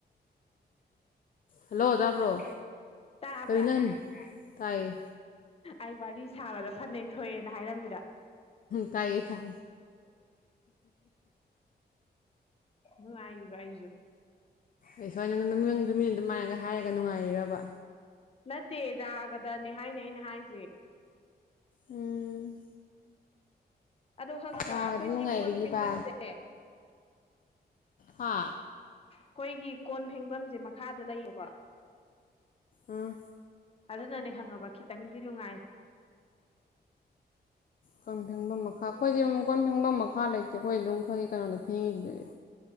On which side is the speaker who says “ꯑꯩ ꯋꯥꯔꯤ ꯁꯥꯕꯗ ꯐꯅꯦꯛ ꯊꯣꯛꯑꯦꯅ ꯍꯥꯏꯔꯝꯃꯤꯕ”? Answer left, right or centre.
Left